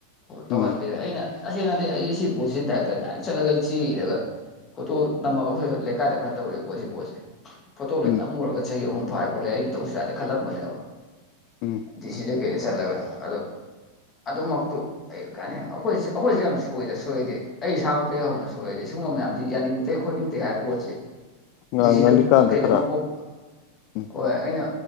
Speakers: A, on the left; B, on the left.
A: ꯇꯧꯍꯟꯕꯤꯔꯦ
B: ꯎꯝ
A: ꯑꯩꯅ ꯇꯁꯦꯡꯅꯗꯤ ꯑꯩ ꯁꯤ ꯄꯣꯠꯁꯦ ꯗꯥꯏꯔꯦꯛꯇꯔꯗ ꯆꯠꯂꯒ ꯑꯩ ꯆꯦ ꯏꯔꯒ ꯐꯣꯇꯣ ꯅꯝꯃꯒ ꯑꯩꯈꯣꯏ ꯂꯩꯀꯥꯏꯗ ꯈꯔ ꯇꯧꯔꯦꯕꯀꯣ ꯁꯤ ꯄꯣꯠꯁꯦ ꯐꯣꯇꯣ ꯂꯣꯏ
B: ꯎꯝ
A: ꯅꯝꯃꯨꯔꯒ ꯆꯍꯤ ꯑꯍꯨꯝ ꯐꯥꯔꯛꯄꯗꯩ ꯑꯩ ꯇꯧꯁꯤꯔꯗꯤ ꯈꯜꯂꯝꯕꯅꯦꯕ
B: ꯎꯝ
A: ꯗꯤ ꯁꯤꯗ ꯀꯩꯗ ꯆꯠꯂꯒ ꯑꯗꯣ ꯑꯗꯨꯃꯛꯇꯨ ꯀꯩ ꯀꯥꯟꯅꯩ ꯑꯩꯈꯣꯏ ꯑꯩꯈꯣꯏꯁꯨ ꯌꯥꯝ ꯁꯣꯏꯗ ꯁꯣꯏꯗꯤ ꯑꯩ ꯏꯁꯥꯃꯛꯇꯒꯤ ꯍꯧꯅ ꯁꯣꯏꯔꯦꯗꯤ ꯁꯤꯒꯨꯝꯕ ꯃꯌꯥꯝꯁꯤ ꯌꯥꯅꯤꯡ ꯈꯣꯠꯅꯤꯡꯗꯦ ꯍꯥꯏꯕ ꯄꯣꯠꯁꯦ
B: ꯉꯥꯡ
A: ꯁꯤꯗ
B: ꯉꯜꯂꯤꯀꯥꯟꯗ
A: ꯀꯩꯗꯃꯛ
B: ꯈꯔ
A: ꯀꯣꯛ
B: ꯎꯝ
A: ꯍꯣꯏ ꯑꯩꯅ